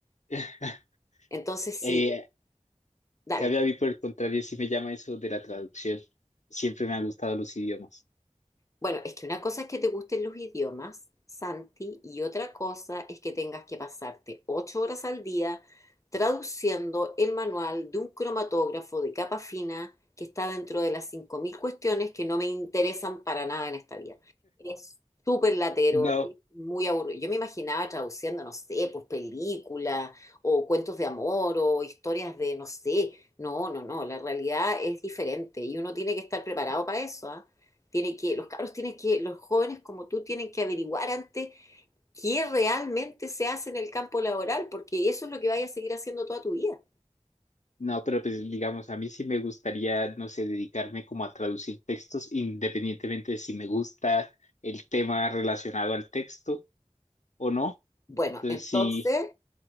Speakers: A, on the left (about 80°); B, on the left (about 25°).
A: <laughs>
B: Entonces, sí,
A: Eh,
B: dale.
A: cambio a mí por el contrario, sí me llama eso de la traducción. Siempre me han gustado los idiomas.
B: Bueno, es que una cosa es que te gusten los idiomas, Santi, y otra cosa es que tengas que pasarte ocho horas al día traduciendo el manual de un cromatógrafo de capa fina que está dentro de las 5.000 cuestiones que no me interesan para nada en esta vida. Es súper latero,
A: No,
B: es muy aburrido. Yo me imaginaba traduciendo, no sé, pues películas o cuentos de amor o historias de, no sé. No, no, no, la realidad es diferente y uno tiene que estar preparado para eso, ¿ah? Tiene que, los cabros tienen que, los jóvenes como tú tienen que averiguar antes qué realmente se hace en el campo laboral, porque eso es lo que vayas a seguir haciendo toda tu vida.
A: no, pero pues digamos, a mí sí me gustaría, no sé, dedicarme como a traducir textos independientemente de si me gusta el tema relacionado al texto o no.
B: Bueno,
A: Entonces
B: entonces,
A: sí,